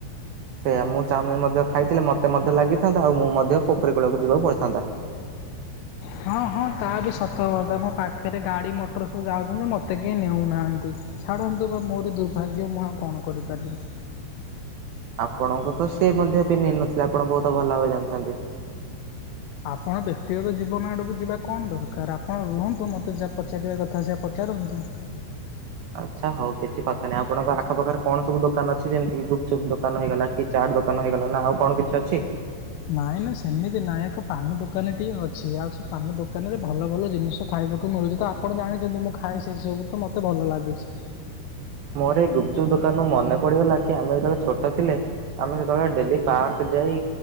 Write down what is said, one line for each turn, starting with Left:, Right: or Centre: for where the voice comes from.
Right: ସେଇୟା ମୁଁ ଚାଉମିନ ମଧ୍ୟ ଖାଇଥିଲେ ମୋତେ ମଧ୍ୟ ଲାଗିଥାନ୍ତା ଆଉ ମୁଁ ମଧ୍ୟ ପୋଖରୀ କୂଳକୁ ଯିବାକୁ ପଡ଼ିଥାନ୍ତା।
Left: ହଁ ହଁ ତା ବି ସତ କଥା ମୋ ପାଖରେ ଗାଡ଼ି ମଟର ସବୁ ଯାଉଛନ୍ତି ମୋତେ କେହି ନେଉନାହାଁନ୍ତି। ଛାଡ଼ନ୍ତୁ ବା ମୋରି ଦୁର୍ଭାଗ୍ୟ ମୁଁ ଆଉ କଣ କରିପାରିବି?
Right: ଆପଣଙ୍କୁ ତ ସେ ମଧ୍ୟ ପି ନେଇ ନଥିଲେ ଆପଣ ବହୁତ ଭଲ ଭାବେ ଜାଣିଛନ୍ତି।
Left: ଆପଣ ବ୍ୟକ୍ତିଗତ ଜୀବନ ଆଡ଼କୁ ଯିବା କଣ ଦରକାର ଆପଣ ରୁହନ୍ତୁ ମତେ ଯା ପ ସେଇଠିକା କଥା ସେ ପଚାରନ୍ତୁ।
Right: ଆଚ୍ଛା ହଉ କିଛି କଥା ନାହିଁ ଆପଣଙ୍କ ଆଖ ପାାଖରେ କଣ ସବୁ ଦୋକାନ ଅଛି ଯେମିତି ଗୁପଚୁପ୍ ଦୋକାନ ହେଇଗଲା। କି ଚାଟ ଦୋକାନ ହେଇଗଲା ନା ଆଉ କଣ କିଛି ଅଛି?
Left: ନାଇଁ ନା ସେମିତି ନାଇଁ ଏକ ପାନ ଦୋକାନଟିଏ ଅଛି ଆଉ ସେ ପାନ ଦୋକାନ ରେ ଭଲ ଭଲ ଜିନିଷ ଖାଇବାକୁ ମିଳୁଛି ତ ଆପଣ ଜାଣିଛନ୍ତି ମୁଁ ଖାଏ ସେ ସବୁ ତ ମୋତେ ଭଲ ଭଲ ଲାଗୁଛି।
Right: ମୋର ଏଇ ଗୁପଚୁପ ଦୋକାନରୁ ମନେ ପଡ଼ିଗଲା କି ଆମେ ଯେତେବେଳେ ଛୋଟ ଥିଲେ ଆମେଯେତେବେଳେ ଡ଼େଲି ପାର୍କ ଯାଇ